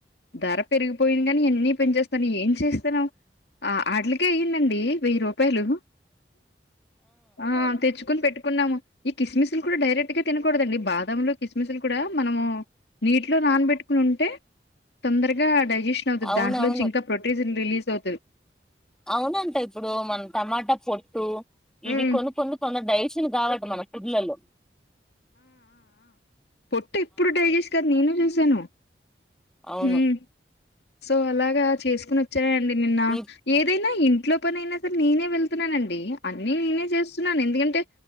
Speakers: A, on the left; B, in the centre.
A: దర పెరిగిపోయింది అన్ని పెనించేస్తాను ఏం చేస్తాను ఆ ఆటలకే అయ్యిందండి వెయ్యి రూపాయలు ఆ తెచ్చుకుని పెట్టు కున్నాము ఈ కిస్మిస్ లు కూడా డైరెక్ట్ గా తినకూడదండి బాదంలు కిస్మిస్ కూడా మనము నీటిలో నానబెట్టుకుంటే తొందరగా ఆ డైజేషన్ న్ అవుతుంది
B: అవునవును
A: దాంట్లో నుంచి ఇంకా ప్రోటీన్ రిలీస్ అవుతది
B: అవునంట ఇప్పుడు మన టమాటా పొట్టు ఇవి
A: ఉమ్
B: కొన్ని కొన్ని తొందరగా డిజేషన్ కావు అట్ట మన ఫుడ్సలో
A: పొట్ట ఇప్పుడు డైజెస్ట్ కదదు నేను చూశాను
B: అవును
A: ఉమ్ సో అలాగా చేసుకున్న తినను అండి నిన్న
B: ఈ
A: ఏదైనా ఇంట్లో పనిఐన బట్ నేనే వెళ్తున్నాను అండి అన్ని నేనే చేస్తున్నాను ఎందుకంటే